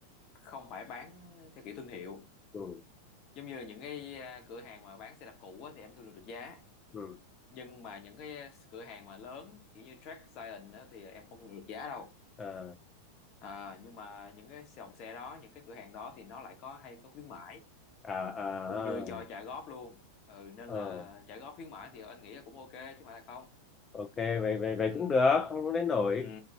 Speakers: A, on the left (about 40°); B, on the left (about 20°).
A: không phải bán theo kiểu thương hiệu
B: Ừ.
A: giống như là những cái ờ, cửa hàng mà bán xe đạp cũ á, thì em thương lượng được giá
B: Ừ.
A: nhưng mà những cái ờ, cửa hàng mà lớn kiểu như Track Giant á, thì em không được giá đâu
B: À,
A: à, nhưng mà những cái dòng xe đó những cái cửa hàng đó thì nó lại có hay có khuyến mãi
B: à, à,
A: cũng như
B: à.
A: cho trả góp luôn ừ nên
B: Ờ,
A: là trả góp khuyến mãi thì anh nghĩ là cũng ok chứ mà là không
B: ok vậy vậy
A: ừ
B: vậy cũng được, không không đến nổi.
A: ừ